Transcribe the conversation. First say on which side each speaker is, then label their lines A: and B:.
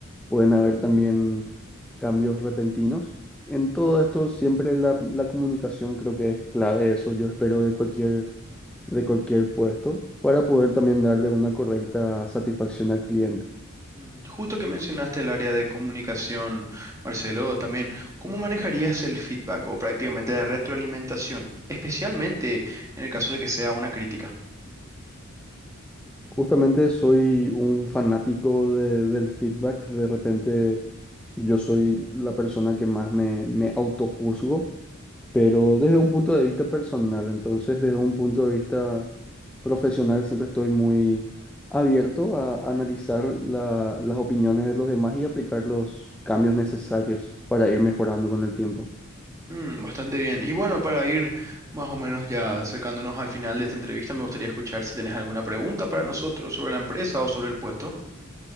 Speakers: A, in the centre; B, on the right.
A: pueden haber también cambios repentinos. En todo esto siempre la, la comunicación creo que es clave, eso yo espero de cualquier, de cualquier puesto, para poder también darle una correcta satisfacción al cliente.
B: Mm, Justo que mencionaste el área de comunicación, Marcelo, también, ¿cómo manejarías el feedback o prácticamente la retroalimentación, especialmente en el caso de que sea una crítica?
A: Justamente soy un fanático de- del feedback. De repente yo soy la persona que más me, me autojuzgo, pero desde un punto de vista personal. Entonces, desde un punto de vista profesional, siempre estoy muy abierto a analizar la- las opiniones de los demás y aplicar los cambios necesarios para ir mejorando con el tiempo.
B: Mm, bastante bien. Y bueno, para ir más o menos ya acercándonos al final de esta entrevista, me gustaría escuchar si tenés alguna pregunta para nosotros sobre la empresa o sobre el puesto.